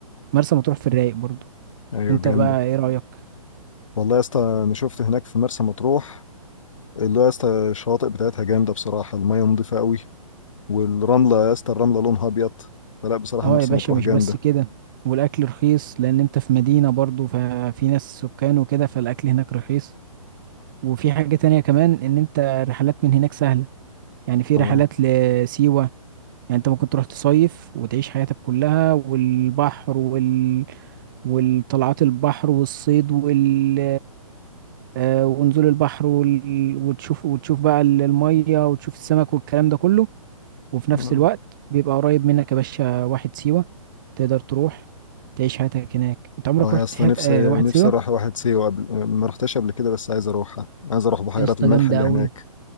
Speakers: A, on the right; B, on the left.
A: مرسى مطروح في الرايق برضو
B: ايوه
A: انت
B: جامده
A: بقى ايه رأيك
B: والله يا اسطى انا شفت هناك في مرسى مطروح اللي هو يا اسطى الشواطئ بتاعتها جامده بصراحه الميه نظيفه قوي والرمله يا اسطى الرمله لونها ابيض فلا بصراحه
A: اه
B: مرسى
A: يا باشا
B: مطروح
A: مش
B: جامده
A: بس كده والاكل رخيص لان انت في مدينة برضو ففي ناس سكان وكده فالاكل هناك رخيص وفي حاجة تانية كمان ان انت الرحلات من هناك سهلة يعني في
B: اه
A: رحلات لسيوة يعني انت ممكن تروح تصيف وتعيش حياتك كلها والبحر وال... والطلعات البحر والصيد وال... آه، ونزول البحر وال... وتشوف وتشوف بقى ال- المية وتشوف السمك والكلام ده كله وفي نفس
B: اه
A: الوقت بيبقى قريب منك يا باشا واحد سيوة تقدر تروح تعيش حياتك هناك انت عمرك
B: آه يا
A: رحت
B: اسطى
A: حياة
B: نفسي
A: آه، واحد
B: نفسي
A: سيوة
B: اروح واحد سيوه قبل ما رحتش قبل كده بس عايز اروحها عايز اروح بحيرات
A: يا اسطى
B: الملح
A: جامدة
B: اللي
A: أوي
B: هناك